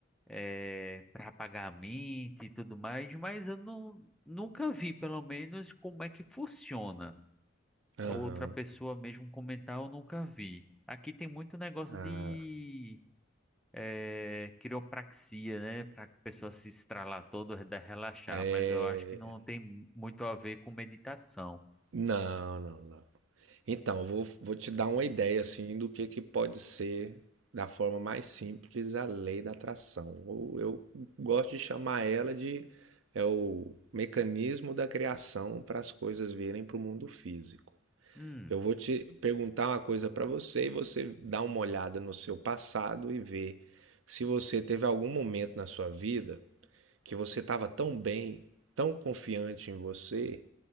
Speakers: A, in the centre; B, on the right (about 80°).
A: é, para apagar a mente e tudo mais, mas eu não, nunca vi, pelo menos, como é que funciona.
B: Aham.
A: Outra pessoa mesmo comentar, eu nunca vi. Aqui tem muito negócio
B: Ah,
A: de é, quiropraxia, né? Para a pessoa se estralar toda, da- relaxar,
B: é.
A: mas eu acho que não tem muito a ver com meditação.
B: Não, não, não. Então, eu vou, vou te dar uma ideia assim do que que pode ser da forma mais simples a lei da atração. Ou eu gosto de chamar ela de é o mecanismo da criação para as coisas virem para o mundo físico.
A: Hum,
B: Eu vou te perguntar uma coisa para você e você dá uma olhada no seu passado e vê se você teve algum momento na sua vida que você estava tão bem, tão confiante em você